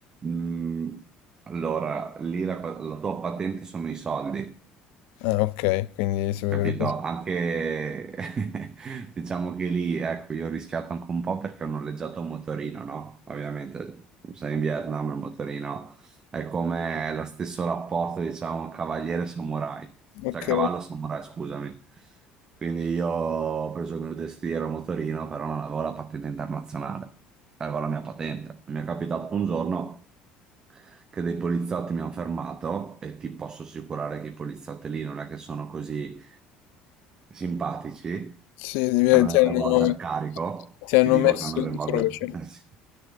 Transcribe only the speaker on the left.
Ah, ok, quindi... se-
Ok,
sì, devi-
ti
hanno,
ti hanno
messo
in
croce.